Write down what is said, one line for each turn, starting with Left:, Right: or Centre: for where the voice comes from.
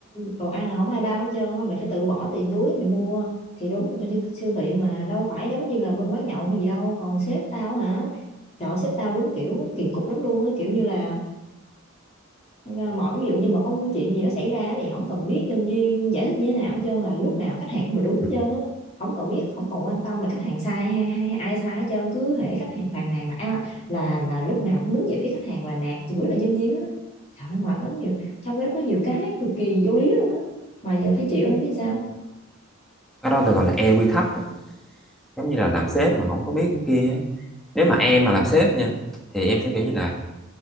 Left: đồ ăn là không ai bao hết trơn á, mày phải tự bỏ tiền túi mày mua thì đúng là trong siêu, siêu thị mà đâu phải giống như là bên quán nhậu hay gì đâu còn sếp tao hả trời ơi, sếp tao đúng kiểu kỳ cục lắm luôn á kiểu như là nên mọi ví dụ như mà có một chuyện gì đó xảy ra thì không cần biết nhân viên giải thích như thế nào hết trơn là lúc nào khách hàng cũng là đúng hết
Centre: Ừ.
Left: trơn á không cần biết không cần quan tâm là khách hàng sai hay, hay, hay ai sai hết trơn cứ hễ khách hàng phàn nàn là à, là là lúc nào cũng đứng về phía khách hàng và nạt chửi là nhân viên hết á trời ơi, mệt lắm nhiều trong cái đó có nhiều cái cực kỳ vô lý luôn á mà giờ phải chịu hết chứ sao
Centre: cái đó được gọi là e quy thấp á. giống như là làm sếp mà không có biết cái kia á. nếu mà em mà làm sếp nha thì em sẽ kiểu như là